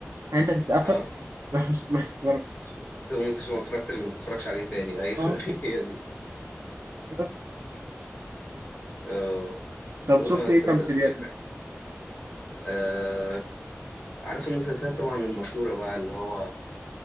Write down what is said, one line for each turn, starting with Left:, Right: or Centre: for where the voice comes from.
Right: يعني أنت تتقفل
Left: أه
Right: <laughs> راح مش بس بره خالص.
Left: طب ما تتفرجش- ما اتفرجتش ما تتفرجش عليه تاني أيوه <laughs>
Right: اه
Left: هي دي
Right: بس
Left: أه
Right: طب
Left: هو
Right: شفت إيه
Left: تصدق
Right: تمثيليات
Left: فكرة
Right: مثلا؟
Left: أه عارف المسلسلات طبعا المشهورة بقى اللي هو